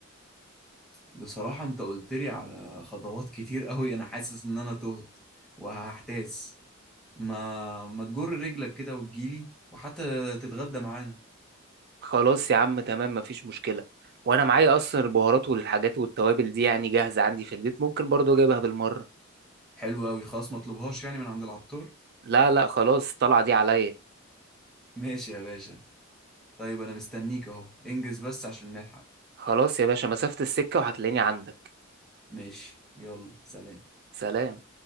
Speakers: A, in the centre; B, on the right.
A: بصراحة انت قلت لي على خطوات كتير قوي انا حاسس ان انا تهت وهحتاس ما ما تجر رجلك كده وتجيلي وحتى تتغدى معانا
B: خلاص يا عم تمام مفيش مشكلة وانا معايا اصلا البهارات والحاجات والتوابل دي يعني جاهزة عندي في البيت ممكن برضو اجيبها بالمرة
A: حلو قوي خلاص ما اطلبهاش يعني من عند العطار
B: لا لا خلاص الطلعة دي عليا
A: ماشي يا باشا طيب انا مستنيك اهو انجز بس عشان نلحق
B: خلاص يا باشا مسافة السكة وهتلاقيني عندك
A: ماشي يلا سلام
B: سلام